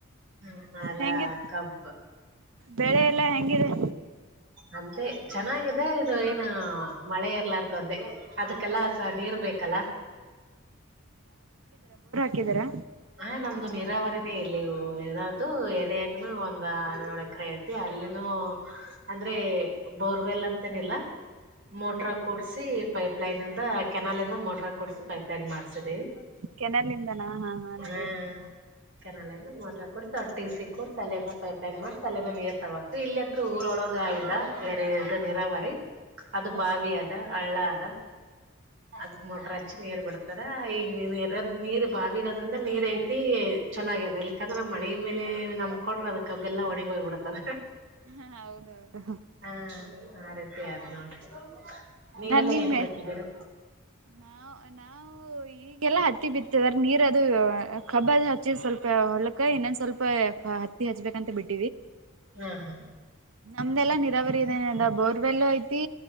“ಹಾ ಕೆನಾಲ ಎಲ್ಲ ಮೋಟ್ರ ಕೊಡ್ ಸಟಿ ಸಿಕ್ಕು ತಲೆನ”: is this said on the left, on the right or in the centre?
Right